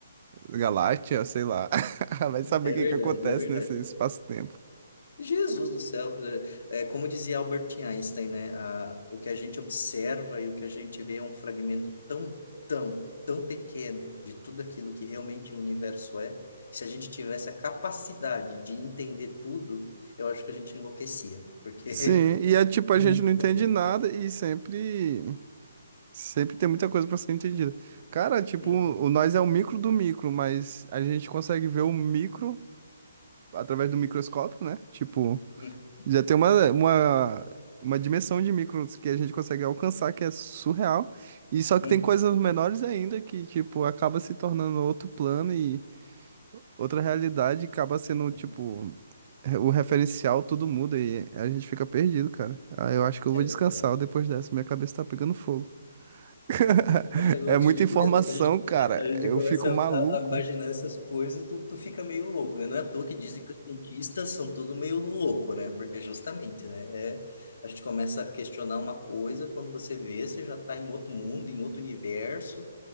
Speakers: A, on the right; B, on the left.
A: galáctea, sei lá. <laughs> Vai saber
B: É
A: o que
B: verdade,
A: que acontece
B: é verdade.
A: nesse espaço-tempo.
B: Jesus do céu, é, é, como dizia Albert Einstein, né? A, o que a gente observa e o que a gente vê é um fragmento tão, tão, tão pequeno de tudo aquilo que realmente o universo é, que se a gente tivesse a capacidade de entender tudo, eu acho que a gente enlouquecia, porque
A: Sim, e é tipo,
B: <laughs>
A: a
B: muita
A: gente não entende
B: coisa.
A: nada e sempre, sempre tem muita coisa para ser entendida. Cara, tipo,
B: Uhum,
A: o nós é o micro do micro, mas a gente consegue ver o micro através do microscópio, né? Tipo.
B: uhum,
A: Já tem uma, uma, uma dimensão de micros que a gente consegue alcançar que é surreal. E só que
B: uhum.
A: tem coisas menores ainda que, tipo, acaba se tornando outro plano e outra realidade, e acaba sendo, tipo,
B: uhum.
A: re- o referencial, tudo muda e a gente fica perdido, cara. Ah, eu acho que eu
B: É
A: vou descansar
B: verdade.
A: depois dessa, minha cabeça tá pegando fogo. <laughs>
B: Olha, eu
A: É muita
B: te digo
A: informação,
B: mesmo, é que a gente,
A: cara.
B: a gente
A: Eu
B: começa
A: fico maluco.
B: a, a imaginar essas coisas, tu, tu fica meio louco, né? Não é à toa que dizem que os cientistas são tudo meio louco, né? Porque justamente, né? É, a gente começa a questionar uma coisa, quando você vê, você já está em outro mundo, em outro universo,